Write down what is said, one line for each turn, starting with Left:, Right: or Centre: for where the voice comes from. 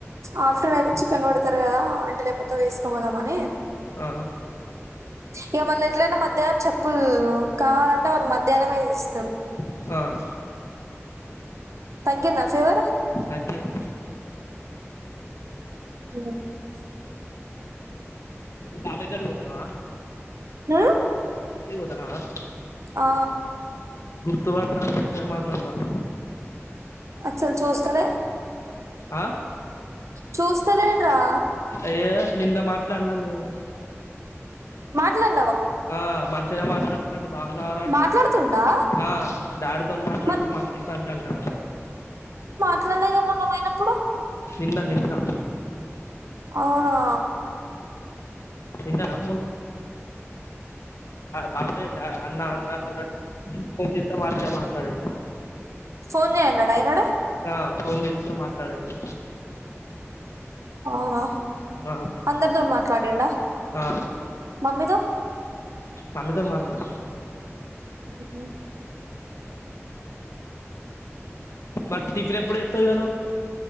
Right: ఆఫ్టర్నన్ అయితే చికెన్ పడతారు కదా అంటే లేకపోతే వేసుకోపోదామని
Left: ఆ
Right: ఇక మళ్ళీ ఎట్లైనా మధ్యాహ్నం చెప్పులు కావాలంటే వాళ్ళు మధ్యాహ్నమే ఇస్తారు
Left: స
Right: తకేంద ఫివర
Left: తకిల్
Right: అ
Left: బాబా్ గడ్డు పోతానువా
Right: ఆ
Left: దనా
Right: ఆ
Left: తడతాను మాట్లాడతాను
Right: అ చలు చూస్తలే
Left: ఆ
Right: చూస్తన్నాడ్రా
Left: అయ్యే నిన్న మాట్లాడినా మేము
Right: మాట్లాడు
Left: ఆ మంచిగానే మాట్లాడుతాడు బాగున్నారాంట
Right: మాట్లాడుతుండా
Left: ఆ డాడితో మాట్లాడుతూ
Right: మరి
Left: మాట్లాడుతాంటడా
Right: అట్లలేగా మన అయినప్పుడు
Left: నిన్న నిన్న
Right: అవునా
Left: ఏ నిన్నా బాబ అన్నా అన్న కొ మతే మ సడేంద
Right: ఫోన్య ఎన్నడా ఈయనాడ
Left: ఆ ఫోన్ చేస్తా మాట్లాడండి
Right: అవునా
Left: ఆ
Right: అందరితో మాట్లాడండా
Left: ఆ
Right: మమ్మీతో
Left: మామితారు మాట్లాద
Right: అ
Left: బట్ టిఫిన్ ఎప్పుడు ఎత్త ఇగ నువ్